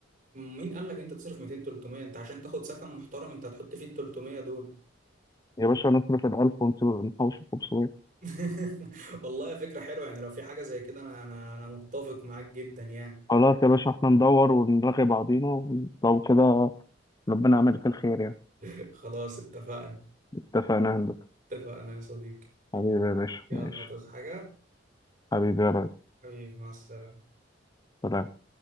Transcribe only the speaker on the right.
مين قال لك انت تصرف 200 300 انت عشان تاخد سكن محترم انت هتحط فيه ال 300 دول
<laughs> والله فكرة حلوة يعني لو في حاجة زي كده انا انا انا متفق معاك جدا يعني
<laughs> خلاص اتفقنا
اتفقنا يا صديقي
يلا
تصحى حاجة
حبيبي مع السلامة